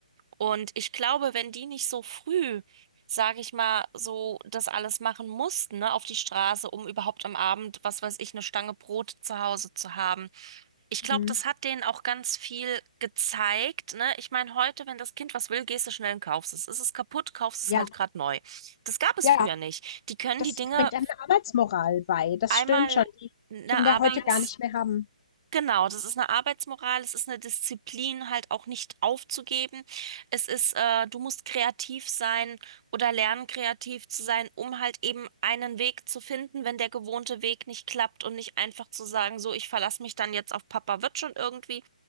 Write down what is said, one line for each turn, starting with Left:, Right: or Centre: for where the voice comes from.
Right: Und ich glaube, wenn die nicht so früh, sage ich mal, so das alles machen mussten, ne, auf die Straße, um überhaupt am Abend, was weiß ich, eine Stange Brot zu Hause zu haben, Ich glaube,
Left: mhm.
Right: das hat denen auch ganz viel gezeigt, ne? Ich meine, heute, wenn das Kind was will, gehst du schnell und kaufst es. Ist es kaputt, kaufst es
Left: Ja,
Right: halt gerade neu. Das gab es
Left: ja,
Right: früher nicht. Die können
Left: das
Right: die Dinge
Left: bringt einem 'ne Arbeitsmoral bei. Das
Right: einmal
Left: stimmt schon, die
Right: eine
Left: Kinder
Right: Arbeits...
Left: heute gar nicht mehr haben.
Right: Genau, das ist eine Arbeitsmoral, es ist eine Disziplin, halt auch nicht aufzugeben. Es ist, äh, du musst kreativ sein oder lernen, kreativ zu sein, um halt eben einen Weg zu finden, wenn der gewohnte Weg nicht klappt und nicht einfach zu sagen, so, ich verlasse mich dann jetzt auf Papa, wird schon irgendwie.